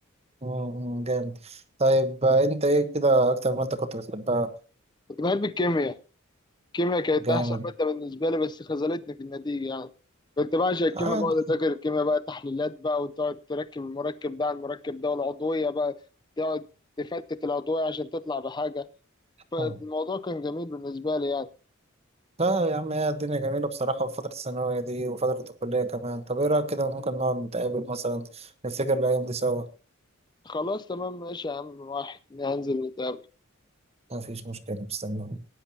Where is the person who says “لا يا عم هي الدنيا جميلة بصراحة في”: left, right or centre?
Right